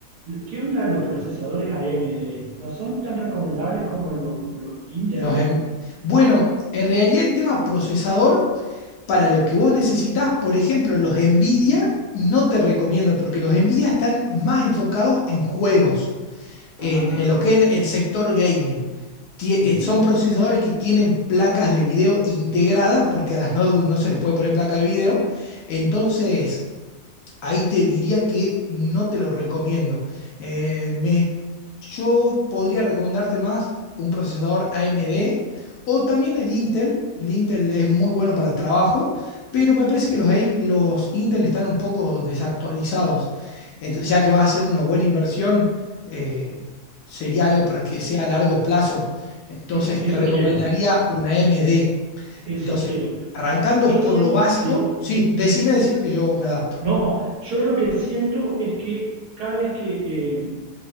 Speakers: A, on the right; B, on the left.
A: ¿Qué onda los procesadores AMD? ¿No son tan recomendables como los, los Intel?
B: Los em- Bueno, en realidad en tema procesador, para lo que vos necesitás, por ejemplo, los Nvidia no te recomiendo porque los Nvidia están más enfocados en juegos, en,
A: Ah,
B: en lo que es el sector gaming. Tie-
A: ujú.
B: eh, son procesadores que tienen placas de video integradas porque a las notebooks no se les puede poner placa de video. Entonces, ahí te diría que no te lo recomiendo. Eh, me- yo podría recomendarte más un procesador AMD o también el Intel. El Intel es muy bueno para trabajo, pero me parece que los, Ein- los Intel están un poco desactualizados. Entonces, ya que va a ser una buena inversión, eh, sería algo para que sea a largo plazo. Entonces,
A: Es- eso
B: te recomendaría
A: quiero.
B: una AMD.
A: Eso
B: Entonces,
A: quiero.
B: arrancando
A: Yo, yo
B: por
A: siento...
B: lo básico,
A: sí.
B: sí, decime, decime que yo me adapto.
A: No, yo lo que siento es que cada vez que... eh,